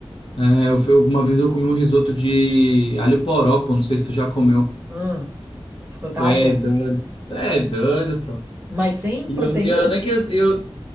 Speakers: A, on the left; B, on the right.
A: É, eu, eu- uma vez eu comi um risoto de alho poró, pô, não sei se tu já comeu.
B: Ah, ficou, tá
A: Tu é
B: bom.
A: doido. Tu é doido, pô.
B: Mas sem
A: E
B: proteína?
A: eu, e eu nem que eu,